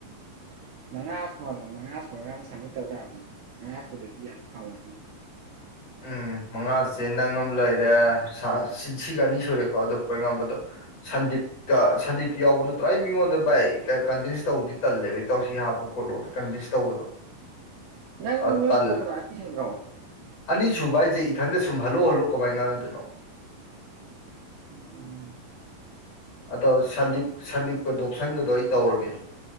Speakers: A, on the right; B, on the left.
A: ꯃꯉꯥ ꯁꯣꯜꯂꯣ ꯃꯉꯥ ꯁꯨꯔꯒ ꯁꯃꯤꯠ ꯇꯧꯌꯥꯕꯅꯤ ꯃꯉꯥ ꯁꯨꯔꯗꯤ ꯌꯥꯝ ꯐꯪꯑꯣꯏ
B: ꯎꯝ ꯃꯉꯥꯁꯦ ꯅꯪ ꯑꯃ ꯂꯩꯔꯦ ꯁꯥ ꯁꯤꯒ ꯑꯅꯤ ꯁꯨꯔꯦꯀꯣ ꯑꯗꯨ ꯄꯣꯔꯩꯉꯥꯟꯕꯗꯣ ꯁꯟꯗꯤꯞ ꯁꯟꯗꯤꯞꯀꯤ ꯌꯥꯎꯕ ꯅꯠꯇ꯭ꯔꯥ ꯑꯩ ꯃꯤꯉꯣꯟꯗ ꯕꯥꯏ ꯀꯟꯚꯤꯟꯁ ꯇꯧꯕꯗꯤ ꯇꯜꯂꯦꯕ ꯏꯇꯥꯎꯁꯤ ꯍꯥꯞꯄꯨ ꯈꯣꯠꯂꯣꯠꯅ ꯀꯟꯚꯤꯟꯁ ꯇꯧꯕꯗꯣ
A: ꯅꯪ
B: ꯑ
A: ꯅꯣꯏ
B: ꯇꯜ
A: ꯐꯣꯂꯥꯗꯣ ꯏꯁꯟꯗ꯭ꯔꯕꯣ
B: ꯑꯅꯤꯁꯨꯕ ꯍꯥꯏ ꯑꯩꯁꯦ ꯏꯊꯟꯗ ꯁꯨꯝ ꯍꯜꯂꯨ ꯍꯜꯂꯨ ꯀꯃꯥꯏ ꯉꯥꯡꯅꯗꯣꯏꯅꯣ
A: ꯎꯝ ꯎꯝ
B: ꯑꯗꯣ ꯁꯟꯗꯤꯞ ꯁꯟꯗꯤꯞꯀ ꯗꯣꯞꯁꯟꯒꯗꯣ ꯑꯩ ꯇꯧꯔꯒꯦ